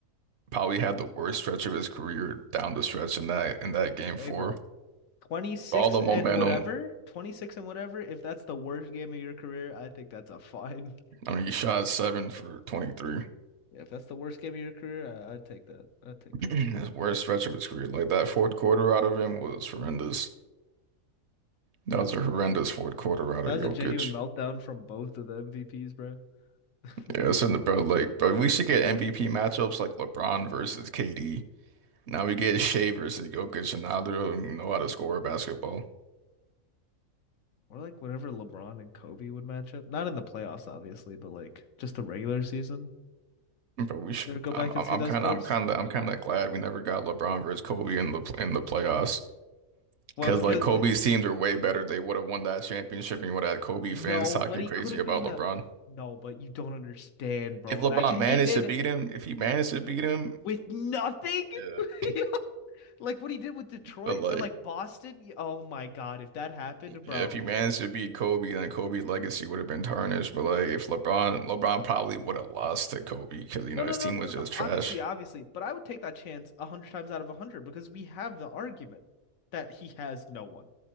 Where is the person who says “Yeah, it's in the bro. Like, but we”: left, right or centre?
Right